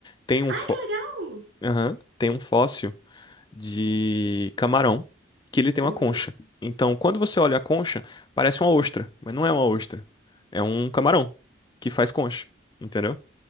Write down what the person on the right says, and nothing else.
Ai,
que legal!
Uhum.